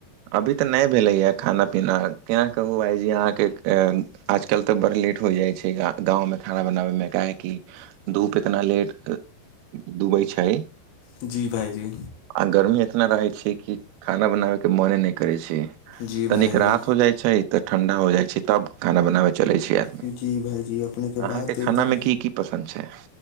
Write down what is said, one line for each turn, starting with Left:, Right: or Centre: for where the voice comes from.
Right: अभी तऽ नहि भेले ये खाना पीना केना कहू भईजी अहाँ के आजकल तऽ बड़ लेट होइ जाइ छै ग गाँव मे खाना बनाबै मे काहेकि धूप इतना लेट डूबै छै
Left: जी भाइजी
Right: आ गर्मी इतना रहै छै कि खाना बनाबे के मोने नहि करै छी
Left: जी
Right: तनिक
Left: भाइजी
Right: रात हो जाइ छै तऽ ठण्डा हो जाइ छै तब खाना बनाबे चलै छै आदमी
Left: जी भाइजी अपनेके
Right: अहाँके
Left: बात एकदम
Right: खाना मे की की पसन्द छै